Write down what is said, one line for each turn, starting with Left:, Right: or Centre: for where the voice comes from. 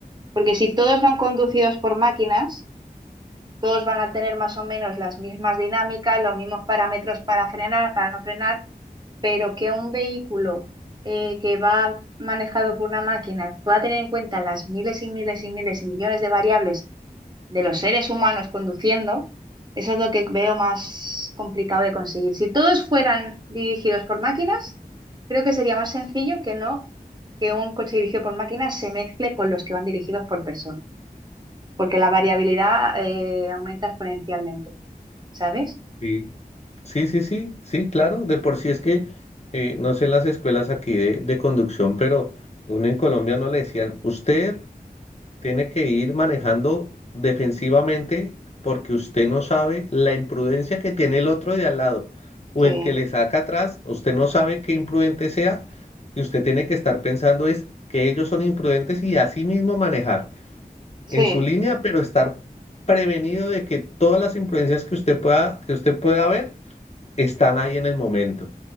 Right: Porque si todos van conducidos por máquinas, todos van a tener más o menos las mismas dinámicas, los mismos parámetros para frenar, para no frenar, pero que un vehículo eh, que va manejado por una máquina pueda tener en cuenta las miles y miles y miles y millones de variables de los seres humanos conduciendo, eso es lo que veo más complicado de conseguir. Si todos fueran dirigidos por máquinas, creo que sería más sencillo que no que un coche dirigido por máquinas se mezcle con los que van dirigidos por personas, porque la variabilidad eh, aumenta exponencialmente, ¿sabes?
Left: Sí, sí, sí, sí, sí, claro. De por sí es que, eh, no sé en las escuelas aquí de, de conducción, pero uno en Colombia no le decían, usted tiene que ir manejando defensivamente porque usted no sabe la imprudencia que tiene el otro de al lado o
Right: Sí,
Left: el que le saca atrás, usted no sabe qué imprudente sea y usted tiene que estar pensando es que ellos son imprudentes y así mismo manejar
Right: sí,
Left: en su línea, pero estar prevenido de que todas las imprudencias que usted pueda que usted pueda ver están ahí en el momento.